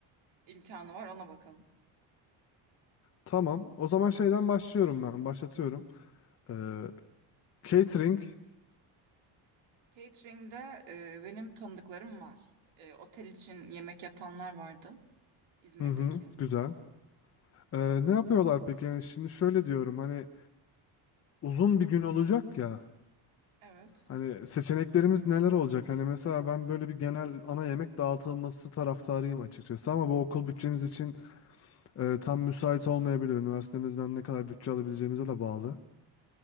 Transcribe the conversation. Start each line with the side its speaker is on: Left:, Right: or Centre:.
Right: imkanı var ona bakalım.
Left: Tamam. O zaman şeyden başlıyorum ben. Başlatıyorum. Ee, catering.
Right: Catering'de e, benim tanıdıklarım var. E, otel için yemek yapanlar vardı İzmir'deki.
Left: Hı hı. Güzel. Ee, ne yapıyorlar peki? Yani şimdi şöyle diyorum hani uzun bir gün olacak ya.
Right: Evet.
Left: Hani seçeneklerimiz neler olacak? Hani mesela ben böyle bir genel ana yemek dağıtılması taraftarıyım açıkçası ama bu okul bütçemiz için e, tam müsait olmayabilir. Üniversitemizden ne kadar bütçe alabileceğimize de bağlı.